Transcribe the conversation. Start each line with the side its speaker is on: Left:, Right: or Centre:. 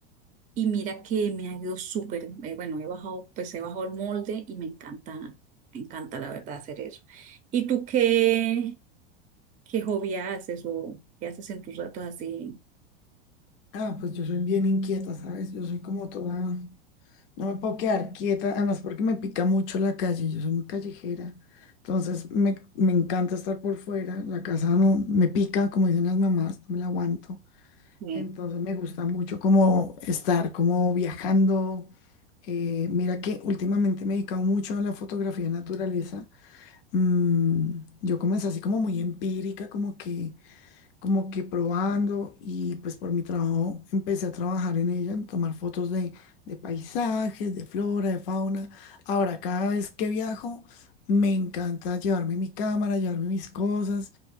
Right: Y mira que me ha ido súper, eh, bueno, he bajado, pues he bajado el molde y me encanta, me encanta la verdad hacer eso. ¿Y tú qué, qué hobby haces o qué haces en tus ratos así?
Left: Ah, pues yo soy bien inquieta, ¿sabes? Yo soy como toda, no me puedo quedar quieta, además porque me pica mucho la calle, yo soy muy callejera, entonces me, me encanta estar por fuera, la casa no me pica, como dicen las mamás, no me la aguanto,
Right: Eh,
Left: entonces me gusta mucho como estar, como viajando. Eh, mira que últimamente me he dedicado mucho a la fotografía de naturaleza. Mm, yo comencé así como muy empírica, como que como que probando y pues por mi trabajo empecé a trabajar en ella, en tomar fotos de, de paisajes, de flora, de fauna. Ahora, cada vez que viajo, me encanta llevarme mi cámara, llevarme mis cosas.